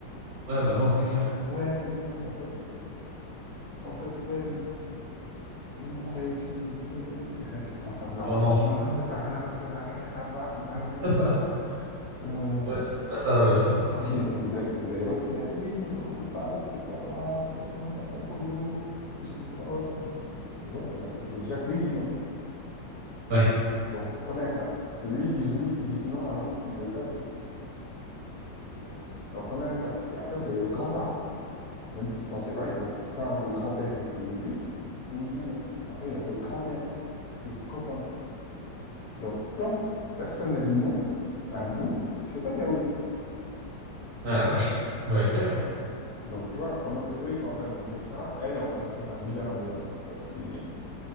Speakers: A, on the right; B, on the left.
A: Ouais, bah non, c'est clair.
B: Ouais, mais non, mais en fait, euh, en fait, ouais, mais non, on croyait que tu nous aimais, mais t- ça, j'ai commencé à vouloir
A: Oh
B: partir.
A: non.
B: Non, non, non, ça n'a rien à voir, ça n'a rien à voir, ça n'a rien
A: <laughs>
B: à voir. Euh,
A: Ouais, c'est pas ça, ouais, c'est un principe.
B: j'ai- vous avez, vous avez votre père. Oui, mais non, on veut pas de ce père-là, de toute façon, c'est un alcoolo, en plus il se drogue, machin. Je dis, Ouais, mais d'accord. il faut déjà que lui dise non.
A: Ouais.
B: Donc, c'est la première étape. Que lui dise oui, il dise non à vous, qu'il ne veuille pas de vous. Donc, en première étape, je dis, après, vous avez vos grands-parents. Même s'ils sont séparés, donc soit votre grand-père, il dit oui, ou il dit non. Après, il y a votre grand-mère, et son copain. Donc, tant que personne n'a dit non à vous, je ne peux pas dire oui.
A: Ah la vache. Ouais, ok.
B: Et donc, tu vois, pendant que eux, ils sont en train de me dire ça, elle est en train de faire la misère à mes enfants. Tu vois, tu dis, mais...